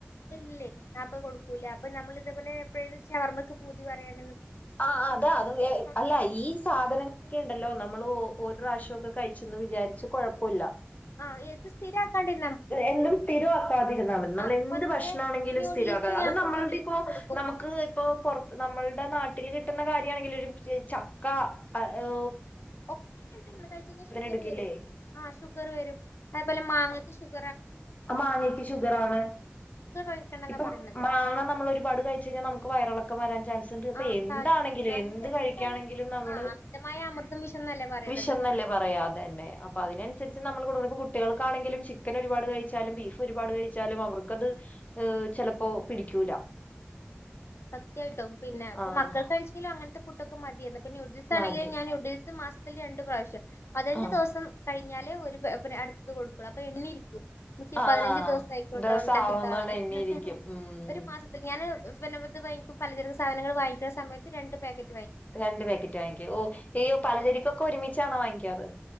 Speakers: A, on the left; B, on the left.
A: ഇല്ലേ അപ്പ കൊടുക്കൂല അപ്പൊ നമ്മൾ ഇതേപോലെ എപ്പോഴേലും ഷവർമ്മക്ക് പൂതി തി പറയാണെ
B: ആ അതാ അത് അല്ല
A: എടുക്കും
B: ഈ സാധനങ്ങളൊക്കെ ഉണ്ടല്ലോ നമ്മൾ ഓ ഒരുപ്രാവശ്യമൊക്കെ കഴിച്ചെന്ന് വിചാരിച്ച് കൊഴപ്പുല്ല
A: ആഹ് ഏത് സ്ഥിരാക്കാണ്ടിരി
B: എന്തും സ്ഥിരമാക്കാതിരുന്ന നമ്മൾ
A: ആഹ്
B: എന്ത്
A: അപ്പൊ അതുപോലെ
B: ഭക്ഷണ ആണെങ്കിലും
A: ന്യൂഡിൽസ്
B: സ്ഥിരമാക്കാതെ അത്
A: ഞാൻ
B: നമ്മുടെ
A: ന്യൂഡിൽസ്
B: ഇപ്പോ
A: കൊടുക്കും
B: നമുക്ക് ഇപ്പ പുറത്ത് നമ്മളുടെ നാ ട്ടിൽ കിട്ടുന്ന കാര്യണെങ്കിൽ ഒരുമിച് ചക്ക ഓ
A: <unintelligible> കഴിച്ചു കഴിഞ്ഞാല് ഷുഗർ
B: എടുക്കില്ലേ
A: വരും ആ ഷുഗർ വരും അതേപോലെ മാങ്ങക്ക് ഷുഗ
B: മാങ്ങക്ക് ഷുഗറാണ്
A: കഴിക്കണ്ടെന്നാ
B: ഇപ്പൊ
A: പറയണത്
B: മാങ്ങ നമ്മൾ ഒരുപാട് കഴിച്ചഴിഞ്ഞാ നമുക്ക് വയ വയറളക്കം വരാൻ ചാൻസ്ണ്ട് ഇപ്പോ
A: ആഹ്
B: എന്താണെങ്കിലും
A: സാധ
B: എന്ത്
A: എന്തായാലും
B: കഴിക്കാണെങ്കിലും നമ്മള്
A: ആഹ് അമിതമായ അമൃതും വിഷംന്നല്ലേ പറയണത്
B: വിഷംന്നല്ലേ പറയ അതെന്നെ അപ്പോ അതിനനുസരിച്ച് നമ്മൾ കൊടുക്കു കുട്ടികൾക്കാണെങ്കിലും ചി ക്കൻ ഒരുപാട് കഴിച്ചാലും ബീഫ് ഒരുപാട് കഴിച്ചാലും അവർക്കത് എ് ചെലപ്പോ പിടിക്കൂല
A: സത്യായിട്ടും പിന്നെ ഇപ്പൊ
B: ആഹ്
A: മക്കൾ കഴിച്ചെങ്കിലും അങ്ങനത്തെ ഫുഡൊ ക്ക് മതിയെന്ന് നുഡിൽസാണെങ്കിൽ
B: മതി.
A: ഞാൻ നുഡിൽസ് മസ് ത്തിൽ രണ്ട് പ്രാവശ്യം പതിനഞ്ചു
B: ആഹ്
A: ദിവസം കഴി ഞ്ഞാലേ ഒരു പാ അടുത്തത് കൊടുക്കുള്ളൂ. അപ്പൊ എണ്ണി ഇരിക്കും. ഉമ്മച്ചി
B: ആഹ്
A: പതിനഞ്ച് ദിവസം ആയിക്കോട്ടോ
B: ദിവസം
A: ഒണ്ടാക്കിത്താ
B: ആവുന്നോണ്ട്
A: പറയും.
B: എണ്ണിയിരിക്കും. ഉം
A: ഒരു മാസത്തിൽ ഞാന് <unintelligible> വാങ്ങിക്കും പലചരക്ക് സാധനങ്ങൾ വാങ്ങിക്കുന്ന സമയത്ത് രണ്ട് പാക്ക
B: അപ്പ രണ്ട് പാക്കറ്റ് വാങ്ങിക്കും. ഓ ഇയ്യോ പലചരക്കൊക്കെ ഒരുമിച്ചാണോ വാങ്ങിക്കാറ്?